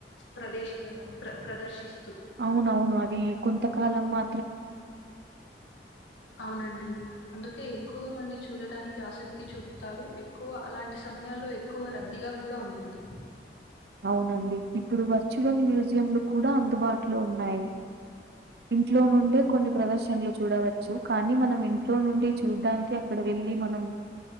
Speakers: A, on the left (about 85°); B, on the right (about 60°).
A: ప్రదేశ్ ఆ, ప్ర ప్రదర్శిస్తూ
B: అవునవును అది కొంతకాలం మా
A: అవునండి అందుకే ఎక్కువ మంది చూడడానికి ఆసక్తి చూపుతారు. ఎ క్కువ అలాంటి సమయాల్లో ఎక్కువ రద్దీగా కూడా ఉంటుంది.
B: అవునండి ఇప్పుడు వర్చువల్ మ్యూజియంలు కూడా అందుబాటులో ఉన్నాయి. ఇంట్లో నుండే కొన్ని ప్రదర్శనలు చూడవచ్చు. కానీ మనం ఇంట్లో నుండి చూడడానికి, అక్కడ వెళ్ళి ళ్ళిమనం